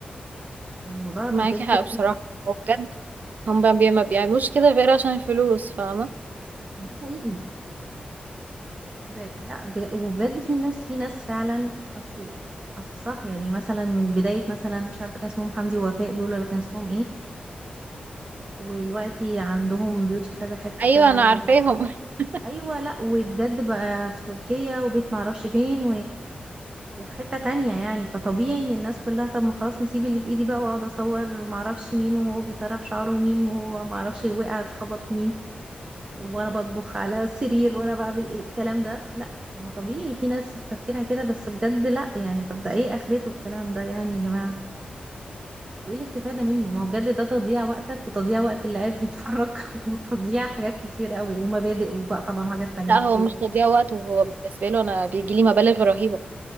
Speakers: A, on the right (about 30°); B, on the right (about 60°).
A: يعني الموضوع بجد
B: معاكي حق بصراحه
A: غريب
B: وبجد هم بي- ما بيعملوش كده غير عشان الفلوس فاهمه
A: ده حقيقي زي لا ب... وبجد في ناس في ناس فعلا اصل اصل صح يعني مثلا من بداية مثلا مش عارفة كان اسمهم حمدي ووفاء دول ولا كان اسمهم ايه ودلوقتي عندهم بيوت في كذا حتة
B: ايوه انا
A: و...
B: عارفاهم <laughs>
A: ايوه لا وبجد بقى في تركيا وبيت معرفش فين وفي حتة تانية يعني فطبيعي ان الناس كلها طب ما خلاص ما اسيب اللي في ايدي بقى واقعد اصور معرفش مين وهو بيسرح شعره ومين وهو معرفش وقع اتخبط مين وانا بطبخ على السرير وانا بعمل ايه الكلام ده لا ما هو طبيعي في ناس بتفكيرها كده بس بجد لا يعني طب ده ايه اخرته الكلام ده يعني يا جماعة وايه الاستفادة منه ما هو بجد ده تضييع وقتك وتضييع وقت اللي قاعد بيتفرج <laughs> وتضييع حاجات كتير قوي ومبادئ وبقى طبعا وحاجات تانية
B: لا
A: كتير
B: هو مش تضييع وقت وهو بالنسبه له انا بيجي لي مبالغ رهيبه